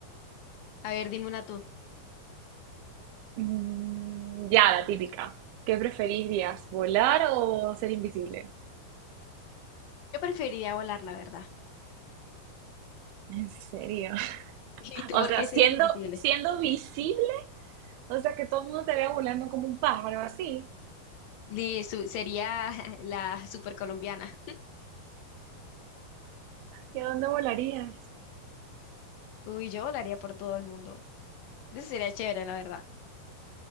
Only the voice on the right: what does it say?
Mm, ya, la típica. ¿Qué preferirías, volar o ser invisible?
En serio. <laughs>
O
sea,
siendo,
siendo visible O sea, que todo el mundo te vea volando como un pájaro, así.
¿Y a dónde volarías?